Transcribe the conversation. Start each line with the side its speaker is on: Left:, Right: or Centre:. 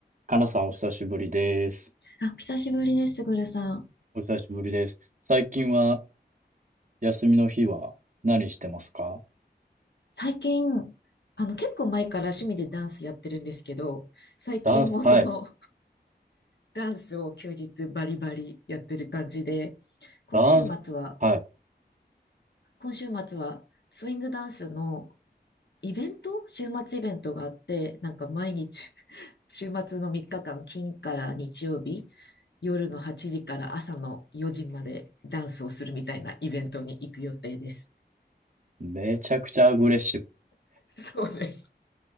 Right: かなさんお久しぶりです。
Left: あ、久しぶりです、ぐルさん。
Right: お久しぶりです。最近は休みの日は何してますか
Left: 最近、あの、結構前から趣味でダンスやってるんですけど、最近もその、
Right: ダンス、はい。
Left: ダンスを休日バリバリやってる感じで、今週末は、
Right: ダンス、はい。
Left: 今週末は、スイングダンスのイベント週末イベントがあって、なんか毎日 <laughs> 週末の3日間、金から日曜日、夜の8時から朝の4時までダンスをするみたいなイベントに行く予定です。
Right: めちゃくちゃアグレッシブ。
Left: <laughs> そうです。